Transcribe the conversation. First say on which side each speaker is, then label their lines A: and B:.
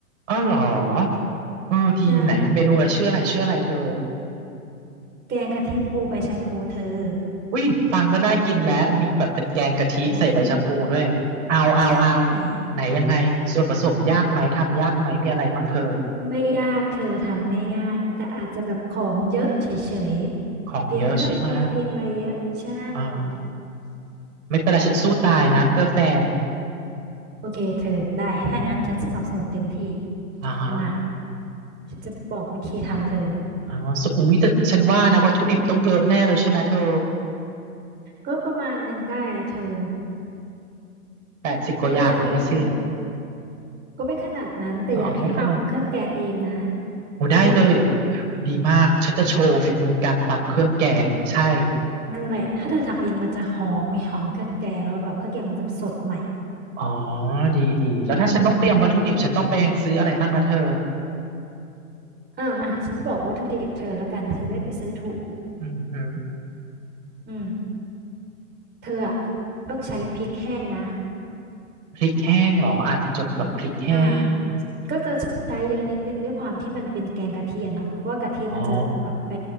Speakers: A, on the right; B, on the right.
A: อ้อเหรอเออดีไหนเมนูอะไรชื่ออะไรชื่ออะไรเธอ
B: ใช่ แกงกะทิปูใบชะพูเธอ
A: อุ้ยฟังก็น่ากินแล้วมีแบบเป็นแกงกะทิใส่ใบชะพูด้วยเอาเอาเอา
B: เห็นไหม ใช่
A: ไหนยังไงส่วนผสมยากไหมทำยากไหมมีอะไรบ้งเธอ
B: ไม่ยากเธอทำง่ายๆแต่อาจจะแบบของเยอะเฉยๆเตรียมเครื่องแกงเตรียมอะไรเยอะ
A: ของเยอะใช่ไหม
B: ใช่
A: อ่าไม่เป็นไรฉันสู้ตายนะเพื่อแฟน
B: อ่ะ โอเคเธอได้ ถ้างั้นฉันสนับสนุนเต็มที่
A: อ่าฮะ
B: มาฉันจะบอกวิธีทำเธอ
A: อ๋อสอุ้ยแต่ฉันว่านะวัตถุดิบต้องเยอะแน่เลยใช่ไหมเธอ
B: ก็ประมาณหนึ่งได้อะเธอ
A: แปดสิบกว่าอย่างเลยละสิ
B: แล้วก็อยากให้เธอ ก็ไม่ขนาดนั้นแต่อยากให้ตำเครื่องแกงเองนะ
A: อ๋อไม่ขนาดโอ้ได้เลย
B: จะได้แบบ
A: ดีมากฉันจะโชว์ฝีมือการตำเครื่องแกงใช่
B: นั่นแหละ ถ้าเธอทำเองมันจะหอมไม่หอมเครื่องแกงแล้วแบบเครื่องแกงมันจะสดใหม่
A: อ๋อดีดี แล้วถ้าฉันต้องเตรียมวัตถุดิบฉันต้องไปซื้ออะไรบ้างนะเธอ
B: อืมอ่ามาฉันจะบอกวัตถุดิบเธอแล้วกันเธอจะได้ไปซื้อถูก
A: อืมฮึ
B: อืมเธออะต้องใช้พริกแห้งนะ
A: พริกแห้งเหรอ อาจจดก่อนพริกแห้ง
B: อ่าก็จะใช้เยอะนิดนึงด้วยความที่มันเป็นแกงกะทิอะเนาะเพราะว่ากะทิมันจะแบบไป
A: อ๋อ